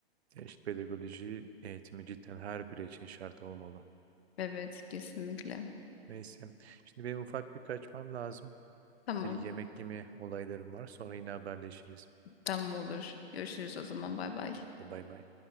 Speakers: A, on the right; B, on the left.
A: Ya işte pedagoji eğitimi cidden her biri için şart olmalı.
B: Evet kesinlikle
A: Neyse. Şimdi benim ufak bir kaçmam lazım.
B: tamam
A: Bir yemek yeme olaylarım var. Sonra yine haberleşiriz.
B: tamam olur görüşürüz o zaman bay bay.
A: Hadi bay bay.